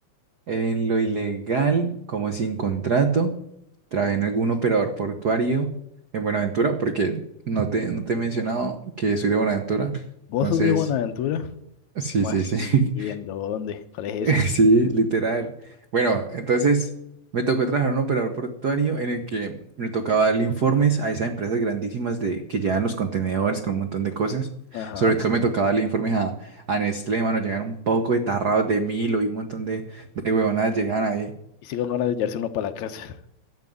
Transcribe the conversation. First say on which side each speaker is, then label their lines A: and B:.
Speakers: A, on the right; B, on the left.
A: En lo ilegal, como sin contrato, trabajé en algún operador portuario en Buenaventura, porque no te, no te he mencionado que soy de Buenaventura.
B: ¿Vos
A: Entonces,
B: sos de Buenaventura?
A: sí,
B: ¿Cómo
A: sí,
B: así?
A: sí.
B: ¿En dónde? ¿Cuál es
A: <laughs>
B: esa?
A: Sí, literal. Bueno, entonces me tocó trabajar en un operador portuario en el que me tocaba darle informes a esas empresas grandísimas de, que llevan los contenedores con un montón de cosas.
B: Ajá.
A: Sobre todo me tocaba darle informes a, a Nestlé, mano, llegan un poco de tarrados de Milo y un montón de, de huevonadas llegan ahí.
B: Y sí con ganas de llevarse uno para la casa.